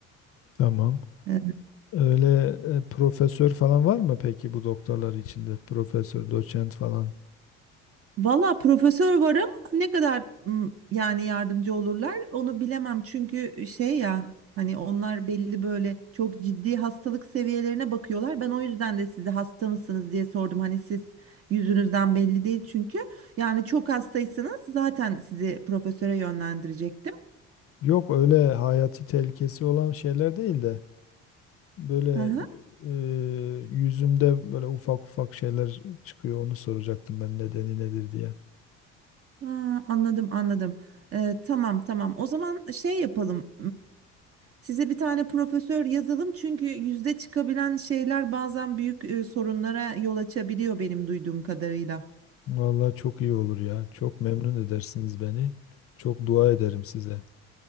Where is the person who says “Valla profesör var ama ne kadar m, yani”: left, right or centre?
Right